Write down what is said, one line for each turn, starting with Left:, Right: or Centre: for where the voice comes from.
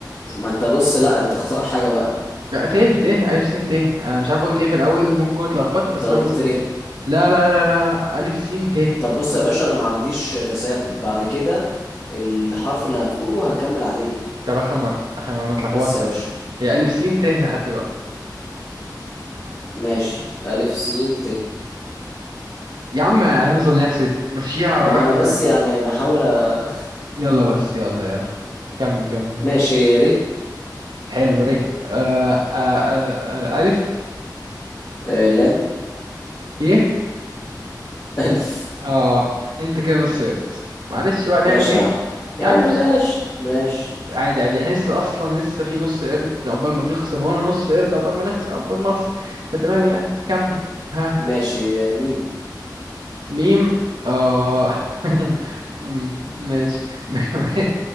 Left: ما انت بص لا انت اختار حاجة بقى
Right: لا ت ت الف سين ت انا مش عارف قلت ايه في الاول ممكن كنت اتلخبطت
Left: انت
Right: بس
Left: قلت
Right: انا مت...
Left: ره
Right: لا لا لا لا الف سين ت
Left: طب بص يا باشا انا ما عنديش تساهل بعد كده الحرف اللي هتقوله هنكمل عليه
Right: طب اخر مره اخر مره انا اتلخبطت
Left: بس يا باشا
Right: بس هي الف سين ت لحد دلوقتي
Left: ماشي الف سين ت
Right: يا عم هنفضل نحسب مشيها على
Left: ما
Right: بركه
Left: انا بس يعني بحاول أ-
Right: يلا بس يلا يلا كمل كمل كمل
Left: <laughs> ماشي ر
Right: حلو ري آه آه آه آه ألف
Left: آه، لام
Right: يه
Left: الف
Right: آه أنت كده نص قرد معلش بقى نعمل
Left: ماشي
Right: إيه
Left: يا عم يا
Right: يعني
Left: عم ماشي
Right: بس
Left: ماشي
Right: عادي عادي حس أصلا لسه في نص قرد عقبال ما تخسر وأنا نص قرد عقبال ما نخسر عقبال ما أخسر فتمام يعني كمل ها
Left: ماشي آه، ميم
Right: ميم آه <laughs> م- ماشي <laughs>